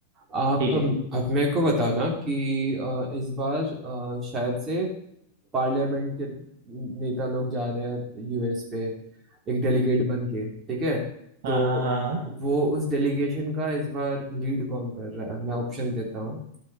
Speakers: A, on the right (about 25°); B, on the right (about 50°).
A: आप
B: ठीक है
A: आप मेरे को बताना कि अ, इस बार अ, शायद से पार्लियामेंट के नेता लोग जा रहे हैं यूएस पे एक डेलीगेट बन के ठीक है
B: हाँ
A: तो
B: हाँ हाँ हाँ
A: वो उस डेलीगेशन का इस बार लीड कौन कर रहा है मैं ऑप्शन देता हूँ